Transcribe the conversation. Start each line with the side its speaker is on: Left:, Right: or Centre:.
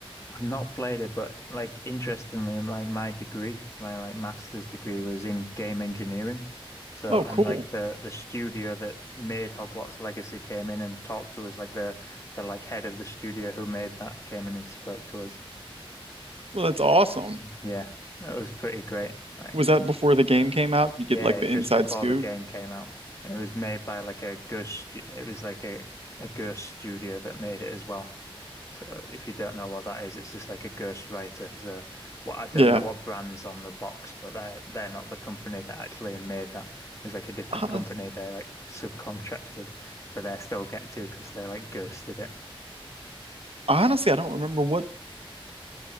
Left: I've not played it, but like interestingly, like my degree, my like master's degree was in game engineering. So
Right: Oh, cool.
Left: and like the the studio that made Hogwarts Legacy came in and talked to us, like the the like head of the studio who made that came in and spoke to us.
Right: Well, that's awesome.
Left: Yeah, that was pretty great. Like
Right: was that before the game came out? You
Left: yeah,
Right: get like the
Left: just
Right: inside
Left: before
Right: scoop.
Left: the game came out, and it was made by like a ghost. stu- It was like a a ghost studio that made it as well. So if you don't know what that is, it's just like a ghost writer. So what I don't
Right: Yeah.
Left: know what brand's on the box, but they're they're not the company that actually made that. It's like a different
Right: Hon-
Left: company. They're like subcontracted, but they still get to because they like ghosted it.
Right: Honestly, I don't remember what